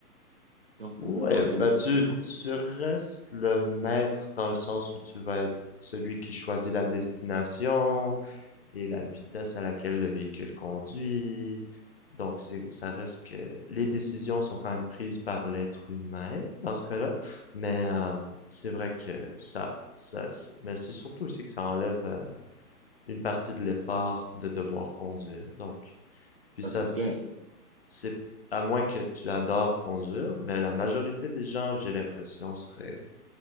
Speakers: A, on the right; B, on the left.
A: Donc,
B: Ouais,
A: euh, moi, c'est
B: bah
A: mon
B: tu
A: opinion.
B: tu restes le maître dans le sens où tu vas être celui qui choisit la destination et la vitesse à laquelle le véhicule conduit. Donc c'est ça reste que les décisions sont quand même prises par l'être humain dans ce cas-là, mais euh, c'est vrai que ça ça, ça- mais c'est surtout aussi que ça enlève euh, une partie de l'effort de devoir conduire. Donc, puis
A: Ça,
B: ça,
A: c'est clair.
B: c'est à moins que tu adores conduire, mais la majorité des gens, j'ai l'impression, seraient,